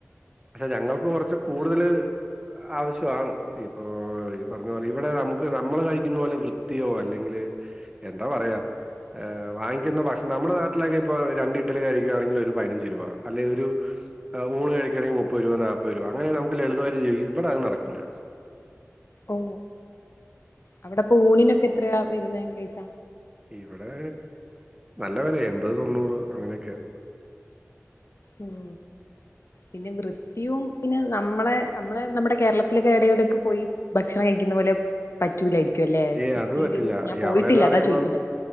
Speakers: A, on the right; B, on the left.
A: പക്ഷെ ഞങ്ങൾക്ക് കൊറച്ച് കൂടുതല് ആവശ്യം ആണ് ഇപ്പൊ ഈ പറഞ്ഞ പോലെ ഇവിടെ നമുക്ക് നമ്മള് കഴിക്കുന്ന പോലെ വൃത്തിയോ അല്ലെങ്കില് എന്താ പറയാ ഏഹ് വാങ്ങിക്കുന്ന ഭക്ഷണം നമ്മുടെ നാട്ടിലൊക്കെ ഇപ്പൊ രണ്ട് ഇട്ടലി കഴിക്കാണെങ്കില് ഒരു പതിനഞ്ച് രൂപ അല്ലെ ഒരു ഊണ് കഴിക്കാണെങ്കില് മുപ്പത് രൂപ നാപ്പെത് രൂപ അങ്ങനെ നമുക്ക് ലളിതമായിട്ട് ജീവിക്കാ ഇവിടെ അത് നടക്കില്ല
B: ഓ അവിടെപ്പോ ഊണിനൊക്കെ എത്രയാ വരുന്നേ പൈസ
A: ഇവിടെ നല്ല വെലയാ എൺപത് തൊണ്ണൂറ് അങ്ങനൊക്കെയാ
B: ഉം പിന്നെ വൃത്തിയും പിന്നെ നമ്മളെ നമ്മള് നമ്മുടെ കേരളത്തിലൊക്കെ ഏടേം ഏടേലും ഒക്കെ പോയി ഭക്ഷണം കഴിക്കുന്ന പോലെ പറ്റൂലായിരിക്കും അല്ലേ
A: ഏയ്
B: വൃത്തിന്റൊരു
A: അത് പറ്റില്ല
B: ഞാൻ
A: ഈ
B: പോയിട്ടില്ല
A: അവിടെന്ന് പറയുമ്പോ
B: അതാ ചോയിക്ക്ണെ